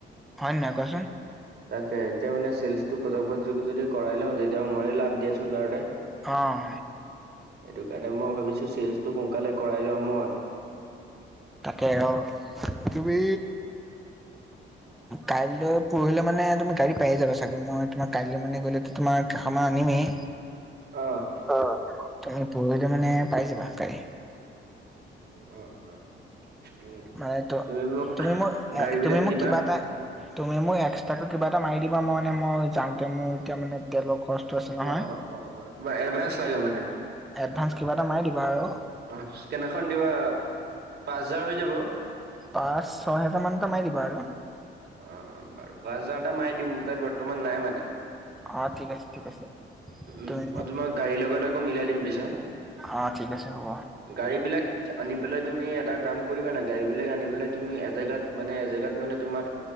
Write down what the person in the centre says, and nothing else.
হয় নে নহয় কোৱাচোন
অঁ
তাকে অঁ, তুমি কাইলৈ- পৰহিলৈ মানে তুমি গাড়ী পায়ে যাবা চাগৈ? মই তোমাৰ কাইলৈ মানে গ'লে তোমাৰ কেইখনমান আনিমেই।
অঁ, তুমি পৰহিলৈ মানে পাই যাবা গাড়ী।
মানে ত
তুমি এ
তুমি মোক
কিবা এটা তুমি মোক এক্সট্ৰাকে কিবা এটা মাৰি দিবা। মই নে মই যাওঁতে, মোৰ এতিয়া মানে তেলৰ খৰচটো আছে নহয়।
এৰ্ডভাঁস্‌ কিবা এটা মাৰি দিবা আৰু।
পাঁচ, ছয় হেজাৰ মানটে মাৰি দিবা আৰু।
অ ঠিক আছে ঠিক আছে তুমি
মোক
অঁ, ঠিক আছে, হ'ব।